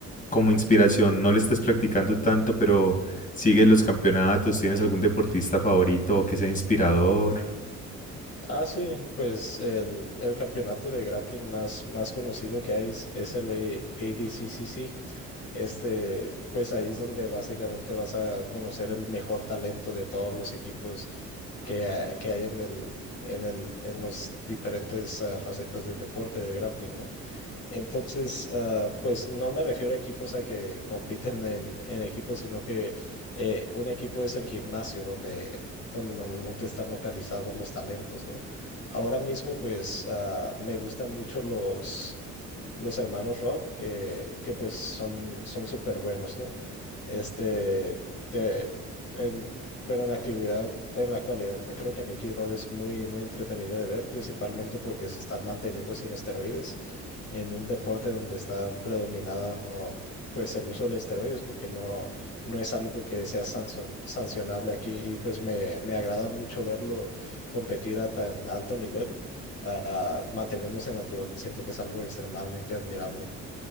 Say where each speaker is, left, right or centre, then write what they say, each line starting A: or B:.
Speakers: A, on the left; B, on the left.
A: como inspiración, no le estés practicando tanto, pero sigues los campeonatos, tienes algún deportista favorito o que sea inspirador.
B: Ah, sí, pues el, el campeonato de grappling más, más conocido que hay es, es el A- ADCCC, este, pues ahí es donde básicamente vas a conocer el mejor talento de todos los equipos que, ha- que hay en el, en el, en los diferentes ah, facetas del deporte del grappling, ¿no? Entonces, ah, pues no me refiero a equipos a que compiten en, en equipos, sino que eh, un equipo es el gimnasio donde, donde normalmente están localizados los talentos, ¿no? Ahora mismo, pues ah, me gustan mucho los los hermanos Rod, que, que pues son son súper buenos, ¿no? Este, te, en, bueno, en la actividad, en la actualidad, creo que Nicky Rod es muy, muy entretenido de ver, principalmente porque se está manteniendo sin esteroides en un deporte donde está predominado, pues, el uso de esteroides, porque no, no es algo que sea sanson- sancionable aquí y pues me, me agrada mucho verlo competir a tan alto nivel, ah, manteniéndose natural. Siento que es algo extremadamente admirable.